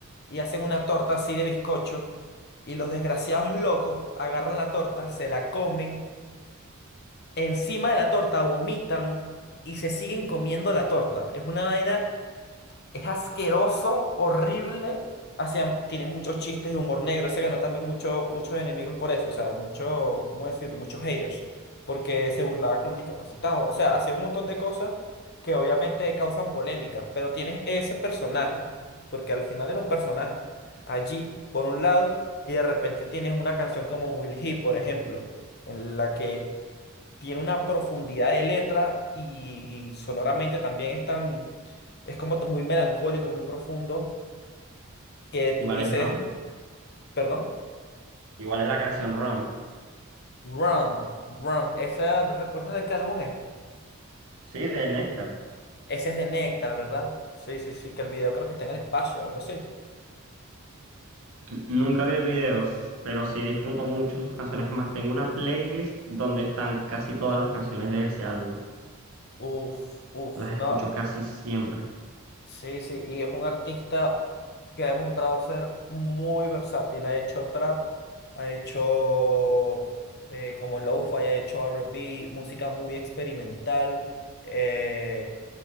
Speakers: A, on the left (about 50°); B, on the right (about 75°).
A: Y hacen una torta así de bizcocho. Y los desgraciados locos agarran la torta, se la comen. Encima de la torta vomitan y se siguen comiendo la torta. Es una vaina es asqueroso, horrible. Hacían, tiene muchos chistes de humor negro. Se ganó también mucho, muchos enemigos por eso. O sea, muchos, ¿cómo decirlo? Muchos haters. Porque se burlaba con discapacitados. O sea, hacía un montón de cosas que obviamente causan polémica. Pero tienes ese personaje. Porque al final era un personaje. Allí, por un lado. Y de repente tienes una canción como Will He, por ejemplo. En la que tiene una profundidad de letra y, y sonoramente también es tan, es como muy melancólico, muy profundo, que tú
B: Igual
A: dices,
B: es Roma.
A: perdón,
B: Igual es la canción Run.
A: Run, Run, ¿esa, recuerdas de qué álbum es?
B: Sí, de Néctar.
A: Ese es de Nectar, ¿verdad? Sí, sí, sí, que el video creo que está en el espacio, algo así.
B: N- Nunca vi el video, pero sí disfruto mucho sus canciones. Además, tengo una playlist donde están casi todas las canciones de ese álbum.
A: Uf, uf,
B: Las
A: no.
B: escucho casi siempre.
A: Sí, sí, y es un artista que ha demostrado ser muy versátil. Ha hecho trap, ha hecho eh, como lo-fi, ha hecho R&B, música muy experimental, eh,